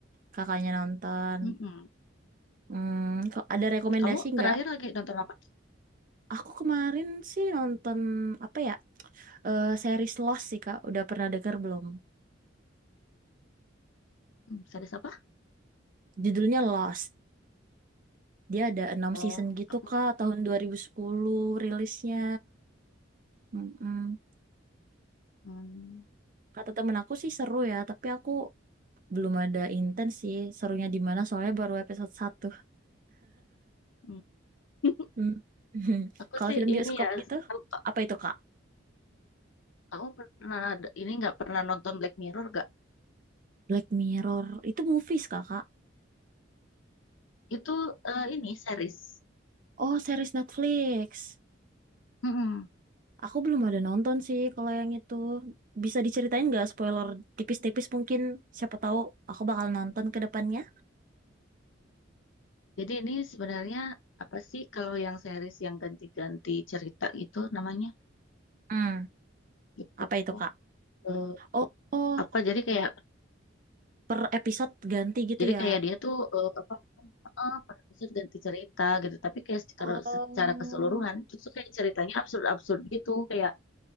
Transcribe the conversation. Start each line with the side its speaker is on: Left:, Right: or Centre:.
Right: Kakaknya nonton.
Left: Mm-mm.
Right: Hmm, kok ada rekomendasi
Left: Kamu
Right: nggak?
Left: terakhir lagi nonton apa?
Right: Aku kemarin sih nonton apa ya? Eh, series Lost sih Kak, udah pernah denger belum?
Left: Hmm, series apa?
Right: Judulnya Lost. Dia ada enam
Left: Oh,
Right: season gitu
Left: aku.
Right: Kak, tahun 2010 rilisnya. Mm-mm.
Left: Hmm.
Right: Kata temen aku sih seru ya, tapi aku belum ada intens sih serunya di mana soalnya baru episode satu.
Left: hmm. <laughs>
Right: Hmm. <laughs>
Left: Aku
Right: kalau
Left: sih
Right: film bioskop
Left: ini ya,
Right: gitu
Left: tahu kak,
Right: apa itu kak
Left: kamu pernah ada- ini nggak pernah nonton Black Mirror gak?
Right: Black Mirror itu movies kakak
Left: Itu eh, ini series.
Right: oh series Netflix
Left: Mm-mm.
Right: aku belum ada nonton sih kalau yang itu bisa diceritain nggak spoiler tipis-tipis mungkin siapa tahu aku bakal nonton ke depannya
Left: Jadi ini sebenarnya apa sih kalau yang series yang ganti-ganti cerita gitu namanya?
Right: Hmm.
Left: Gitu.
Right: apa itu
Left: Oh,
Right: kak
Left: eh,
Right: oh, oh
Left: apa jadi kayak
Right: per episode ganti gitu
Left: jadi
Right: ya
Left: kayak dia tuh eh, apa eh, per episode ganti cerita gitu. Tapi kayak secara,
Right: Oh.
Left: secara keseluruhan itu tuh kayak ceritanya absurd-absurd gitu kayak